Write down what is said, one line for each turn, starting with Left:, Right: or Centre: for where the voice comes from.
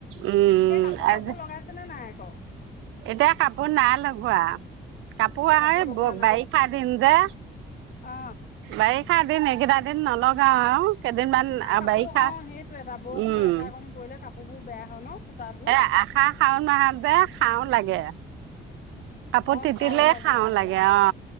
Right: উম
Left: এতিয়া কাপোৰ
Right: আজি
Left: চাপোৰ লগাইছেনে নাই? অ
Right: এতিয়া কাপোৰ নাই লগোৱা কাপোৰ
Left: অ
Right: আহে
Left: লগোৱা নাই
Right: বাৰিষা দিন যে
Left: অ
Right: বাৰিষা দিন এইকেইটা দিন নলগাও আৰু কেইদিনমান
Left: আহ কাপোৰ
Right: বাৰিষা
Left: অ সেইটো এটা বৰষুণৰ
Right: উম
Left: এচা কণি পৰিলে কাপোৰ বহুু বেয়া হয় ন সূতাবোৰ
Right: এ আহাৰ শাওণ মাহত‌ যে সাও লাগে কাপোৰ
Left: অ
Right: তিতিলে
Left: খাও
Right: খাওঁ
Left: অ
Right: লাগে অ